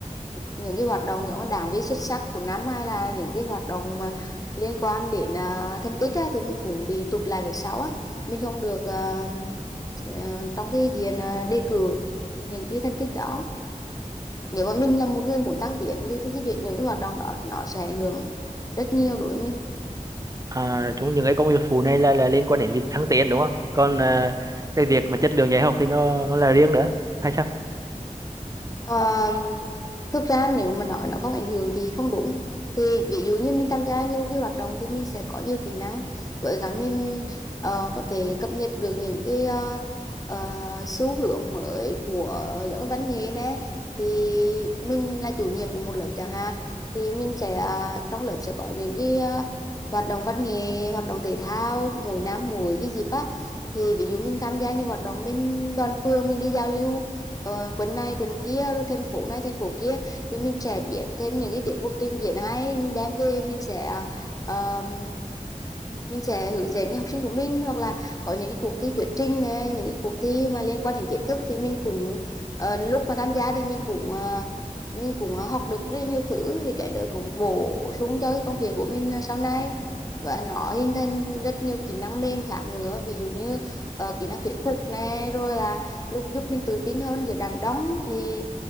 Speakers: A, on the left (about 25°); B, on the right (about 25°).
A: những cái hoạt động những cái đảng viên xuất sắc của năm hay là những cái hoạt động mà liên quan đến uh, thành tích á, thì mình cũng bị tụt lại về sau á mình không được à, ờ, trong cái diện à, đề cử những cái thành tích đó nếu mà mình là một người muốn tăng tiến thì, thì cái việc những cái hoạt động đó nó sẽ ảnh hưởng rất nhiều đối với mình
B: À, chúng những cái công việc phụ này là là liên quan đến việc thăng tiến đúng không? Còn à, cái việc mà chất lượng dạy học thì nó nó là riêng nữa hay sao?
A: Ờ, thực ra nếu mà nói nó không ảnh hưởng thì không đúng thì ví dụ như mình tham gia nhiều cái hoạt động thì mình sẽ có nhiều kỹ năng với cả mình ờ, có thể cập nhật được những cái ờ, ờ, xu hướng mới của giáo dục văn nghệ nè thì mình là chủ nhiệm của một lớp chẳng hạn thì mình sẽ à, trong lớp sẽ có những cái ờ, hoạt động văn nghệ hoạt động thể thao mỗi năm mỗi cái dịp á thì ví dụ mình tham gia những hoạt động bên đoàn phường mình đi giao lưu ờ, quần này quần kia rồi thành phố này thành phố kia thì mình sẽ biết thêm những cái tiết mục trình diễn hay mình đem về mình sẽ ờ, mình sẽ hướng dẫn học sinh của mình hoặc là có những cái cuộc thi thuyết trình này, những cái cuộc thi mà liên quan đến kiến thức thì mình cũng ờ, lúc mà tham gia thì mình cũng ờ, mình cũng học được rất nhiều thứ thì cái đó cũng bổ sung cho cái công việc của mình sau này và nó hình thành rất nhiều kỹ năng mềm khác nữa ví dụ như ờ, kỹ năng thuyết phục này rồi là lúc giúp mình tự tin hơn giữa đám đông thì